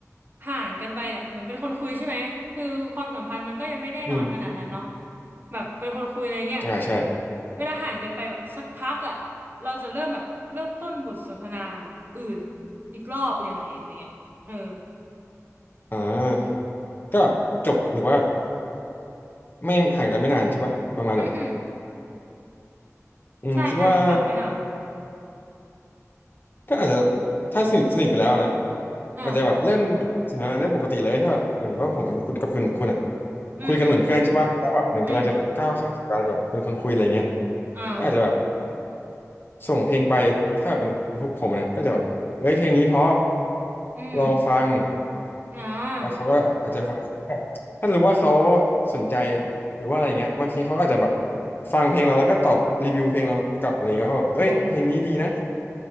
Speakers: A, on the right; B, on the left.
A: ห่างกันไปเนี่ยเหมือนเป็นคนคุยใช่ไหมคือความสัมพันธ์มันก็ยังไม่แน่นอนขนาดนั้นเนาะ
B: อืม
A: แบบเป็นคนคุยอะไรเงี้ย
B: อ่าใช่
A: เวลาห่างกันไปแบบสักพักอ่ะเราจะเริ่มแบบเริ่มต้นบทสนทนาแบบอื่นอีกรอบยังไงอะไรเงี้ยเออ
B: อ่าก็จบหรือว่า ไม่ห่างกันไม่นานใช่ปะประมาณแบบ
A: อืมอืม
B: อืมคิดว่า
A: ใช่ใช่ห่างไม่นาน
B: ก็อาจจะถ้าสนิทสนิทกันแล้วนะ
A: อ่า
B: อาจจะแบบเริ่มสนทนาได้ปกติเลยถ้าแบบเหมือนว่าผมเป็นคุณกับคุณคุณอ่ะ
A: อืมอืม
B: คุยกันเหมือนเพื่อนใช่ปะแล้วแบบเหมือนกำลังจะก้าวเข้าสู่การแบบเป็นคนคุยอะไรเงี้ย
A: อืมอ่า
B: ก็อาจจะแบบส่งเพลงไปถ้าแบบเป็นพวกผมนะก็จะแบบเอ้ยเพลงนี้เพราะ
A: อืม
B: ลองฟัง
A: อ่า
B: แล้วเขาก็อาจจะฟังแบบถ้ารู้ว่าเขาสนใจหรือว่าอะไรเงี้ยบางทีเขาก็อาจจะแบบฟังเพลงเราแล้วก็ตอบรีวิวเพลงเรากลับอะไรเงี้ยว่าแบบเอ้ยเพลงนี้ดีนะ
A: อ๋อ